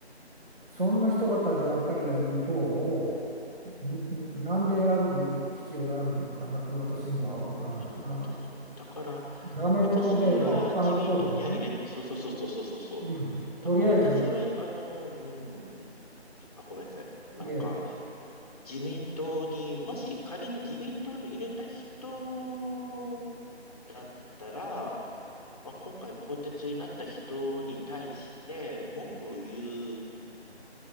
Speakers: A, on the right; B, on the left.
A: そんな人たちばっかりがいる党をんんなんで選ぶ必要があるのかなって私には分からない。
B: うん、そうなんですよね。
A: あの
B: だから、
A: ダメ元で、
B: 私は自民党には入れ、
A: まあ、他の党でもね、
B: そうそうそうそうそうそうそう。
A: うん、とりあえず、
B: だから私は、あの、うん、あ、ごめんなさい。なんか、
A: いえ
B: 自民党に、もし仮に自民党に入れた人だったら、まあ、今回更迭になった人に対して文句を言う、